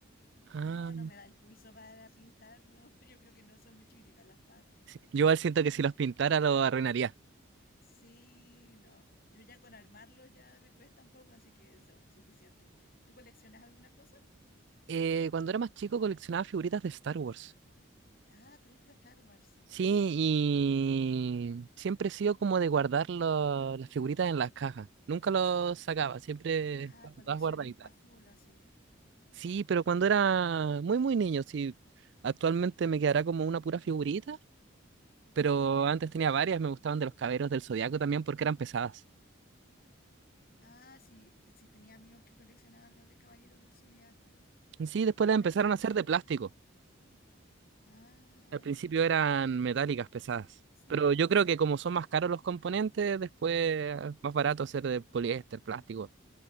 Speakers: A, on the right; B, on the left.
A: Ah,
B: No, no me da el pulso para pintar, no, <laughs> yo creo que no, son muy chiquititas las partes.
A: sí. Yo igual siento que si los pintara lo arruinaría.
B: Sí, no, yo ya con armarlo ya me cuesta un poco, así que eso, suficiente. ¿Tú coleccionas alguna cosa?
A: Eh, cuando era más chico coleccionaba figuritas de Star Wars.
B: Ah, ¿te gusta Star Wars?
A: Sí, y siempre he sido como de guardar lo- las figuritas en las cajas. Nunca los sacaba, siempre
B: Ah,
A: estaban
B: coleccionista
A: todas guardaditas.
B: full, así.
A: Sí, pero cuando era muy, muy niño, sí. Actualmente me quedará como una pura figurita, pero
B: Ah,
A: antes tenía varias, me gustaban de los caberos del Zodiaco también porque eran pesadas.
B: ah, sí, sí, tenía amigos que coleccionaban las de Caballeros del Zodiaco.
A: Sí, después las
B: Tienen
A: empezaron
B: las armaduras.
A: a hacer de plástico.
B: Ah,
A: Al principio
B: ya.
A: eran metálicas pesadas,
B: Sí,
A: pero
B: como
A: yo creo
B: de...
A: que como son más caros los componentes, después más barato hacer de poliéster, plástico.